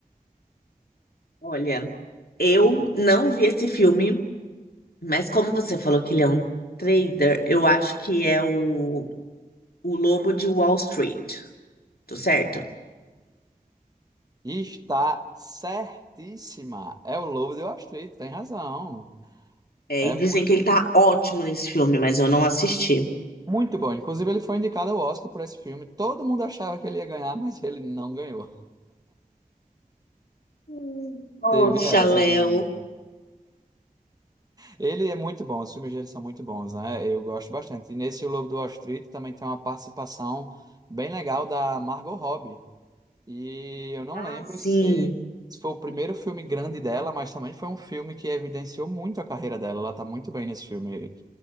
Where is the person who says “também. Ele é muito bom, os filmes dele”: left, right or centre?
Right